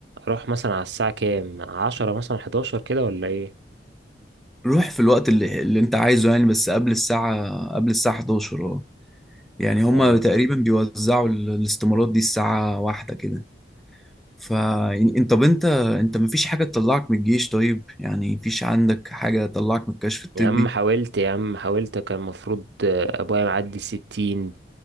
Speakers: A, on the right; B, in the centre.
A: اروح مثلا على الساعة كام عشرة مثلا حداشر كده ولا ايه
B: روح في الوقت اللي, اللي انت عايزه يعني بس قبل الساعة قبل الساعة 11 اه يعني هما
A: اه
B: تقريبا بيوزعوا ال- الاستمارات دي الساعة واحدة كده ف يعني انت طب انت انت مفيش حاجة تطلعك من الجيش طيب يعني مفيش عندك حاجة تطلعك من الكشف الطبي
A: يا عم حاولت يا عم حاولت كان المفروض ابويا معدي ستين